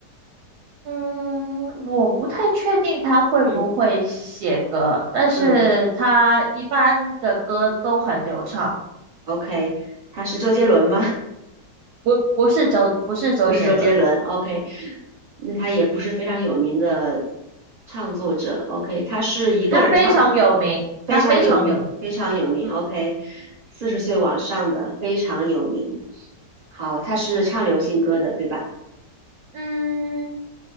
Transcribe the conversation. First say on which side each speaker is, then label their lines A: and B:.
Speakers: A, on the right; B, on the right.
A: 嗯，我不太确定他会不会写歌，
B: 嗯
A: 但是他一般的歌都很流畅。
B: 嗯，OK，他是周杰伦吗？
A: 不不是周不是周杰伦，
B: 不是周杰伦，OK，那他也不是非常有名的唱作者，OK，他是一个人唱，
A: 他非常有名，
B: 非常有名，
A: 他非常有名。
B: 非常有名，OK，
A: 嗯
B: 四十岁往上的非常有名。好，他是唱流行歌的，对吧？
A: 嗯，